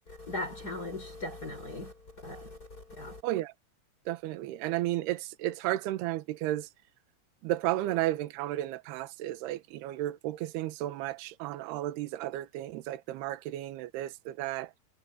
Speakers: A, on the left; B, on the right.
A: that challenge definitely. But yeah.
B: Oh yeah, definitely. And I mean, it's it's hard sometimes because the problem that I've encountered in the past is like, you know, you're focusing so much on all of these other things, like the marketing, the this, the that,